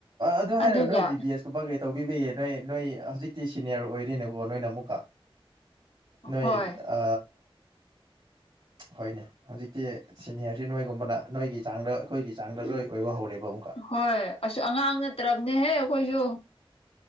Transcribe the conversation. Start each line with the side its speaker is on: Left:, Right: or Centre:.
Right: ꯑꯗꯨ
Left: ꯑꯗꯨꯒ
Right: ꯍꯥꯏꯔꯛ ꯅꯣꯏ ꯕꯤ ꯕꯤ ꯑꯦꯁ ꯊꯕꯛ ꯀꯩꯀꯩ ꯇꯧꯕꯤꯕꯩ ꯅꯣꯏ ꯅꯣꯏ ꯍꯧꯖꯤꯛꯇꯤ ꯁꯤꯅꯤꯌꯔ ꯑꯣꯏꯔꯤꯅꯦꯀꯣ ꯅꯣꯏꯅ ꯑꯃꯨꯛꯀ꯫ ꯅꯣꯏ
Left: ꯍꯣꯏ
Right: ꯑ ꯍꯣꯏꯅꯦ ꯍꯧꯖꯤꯛꯇꯤ ꯁꯤꯅꯤꯌꯔꯁꯦ ꯅꯣꯏꯒꯨꯝꯕꯅ ꯅꯣꯏꯒꯤ ꯆꯥꯡꯗ ꯑꯩꯈꯣꯏꯒꯤ ꯆꯥꯡꯗ ꯂꯣꯏ ꯑꯣꯏꯕ ꯍꯧꯔꯦꯕ ꯑꯃꯨꯛꯀ꯫
Left: ꯍꯣꯏ ꯑꯁ ꯑꯉꯥꯡ ꯅꯠꯇ꯭ꯔꯕꯅꯦꯍꯦ ꯑꯩꯈꯣꯏꯁꯨ꯫